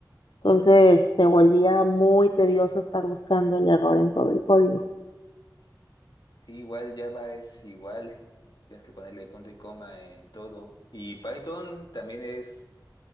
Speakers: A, on the left; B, on the left.
A: Entonces, se volvía muy tedioso estar buscando el error en todo el código.
B: Sí, igual Java es igual. Tienes que ponerle punto y coma en todo. Y Python también es